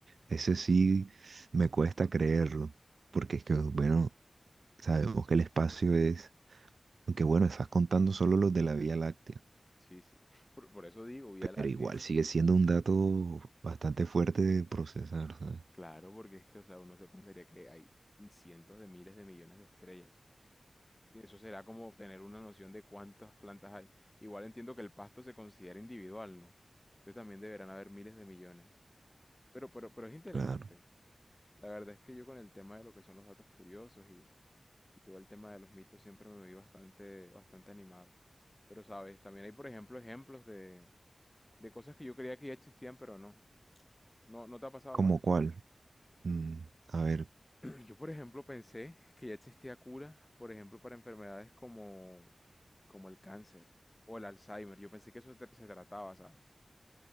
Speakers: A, on the right; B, on the left.
A: ese sí me cuesta creerlo, porque es que, bueno, sabemos que el espacio es, aunque bueno, estás contando solo los de la Vía Láctea
B: Sí, sí. Por, por eso digo Vía Láctea.
A: Pero igual
B: <laughs>
A: sigue siendo un dato bastante fuerte de procesar, ¿sabes?
B: Claro, porque es que, o sea, uno se pensaría que hay cientos de miles de millones de estrellas. Eso será como tener una noción de cuántas plantas hay. Igual entiendo que el pasto se considera individual, ¿no? Entonces también deberán haber miles de millones. Pero, pero, pero es interesante.
A: Claro.
B: La verdad es que yo con el tema de lo que son los datos curiosos y, y todo el tema de los mitos siempre me vi bastante, bastante animado. Pero sabes, también hay, por ejemplo, ejemplos de, de cosas que yo creía que ya existían, pero no. No, no te ha pasado
A: ¿Como
B: con eso.
A: cuál? Mm, a ver,
B: <clears throat> Yo, por ejemplo, pensé que ya existía cura, por ejemplo, para enfermedades como, como el cáncer o el Alzheimer. Yo pensé que eso te- se trataba, ¿sabes?